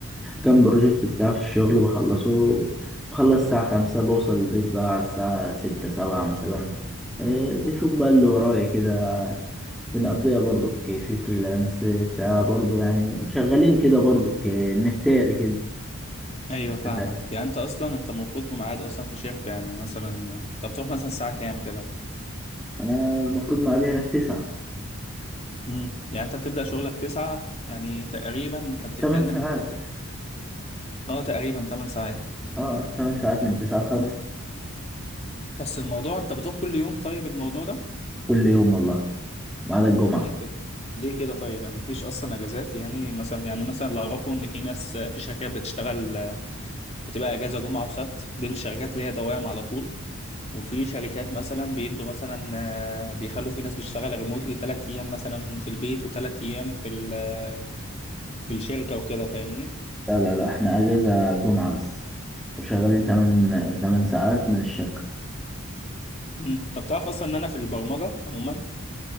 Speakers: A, in the centre; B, on the left.
A: كام بروجكت بتاع في الشغل بخلصه بخلص الساعه 5 بوصل البيت بقى على الساعه 6 7 مثلا إيه، بشوف بقى اللي ورايا كده بنقضيها برضو في فريلانس بتاع برضو يعني شغالين كده برضو نهتاري كده
B: ايوه
A: انت
B: فاهمك
A: فاهم
B: يعني انت اصلا انت مربوط بميعاد اصلا في شركه يعني مثلا انت بتروح مثلا الساعه كام كده
A: انا المفروض مقضي هناك تسعة
B: امم يعني انت بتبدا شغلك 9 يعني تقريبا انت بتتكلم
A: تمن ساعات
B: في حته اه تقريبا 8 ساعات
A: اه تمن ساعات من تسعة لخمسة
B: بس الموضوع انت بتروح كل يوم طيب الموضوع ده
A: كل يوم والله ما عدا الجمعة
B: طب ليه كده ليه كده طيب يعني مفيش اصلا اجازات يعني مثلا يعني مثلا اللي اعرفه ان في ناس في شركات بتشتغل بتبقى اجازه جمعه وسبت دي الشركات اللي هي دوام على طول وفي شركات مثلا بيدوا مثلا آه، بيخلوا في ناس بتشتغل ريموتلي ثلاث ايام مثلا في البيت وثلاث ايام في ال- آه، في الشركه وكده فاهمني
A: لا لا لا احنا اجازة جمعة بس وشغالين تمن تمن ساعات من الشركة
B: مم. طب تعرف اصلا ان انا في البرمجه عموما